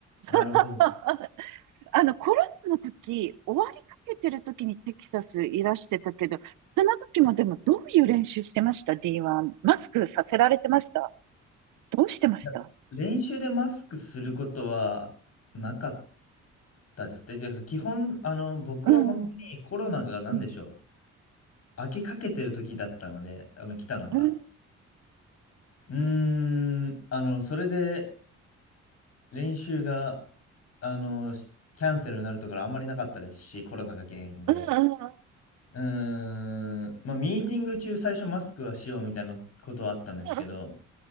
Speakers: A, on the left; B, on the right.
A: なるほど。
B: <laughs>
A: い
B: あの、コロナの時、終わりかけてる時にテキサスいらしてたけど、その時もでもどういう練習してました ?D1。マスクさせられてましたどうしてました
A: や練習でマスクすることはなかったですね。で、基本、あの、僕は本当にコロナが何でしょう。
B: うんうん。うん。
A: 開けかけてる時だったので、あの、来たのが。
B: うん。
A: うーん、あの、それで練習が、あの、しキャンセルになるところあんまりなかったですし、コロナが原因で。
B: うん。うん。う
A: うーん、まあ、ミーティング中最初マスクはしようみたいなことはあったんですけど、
B: んうん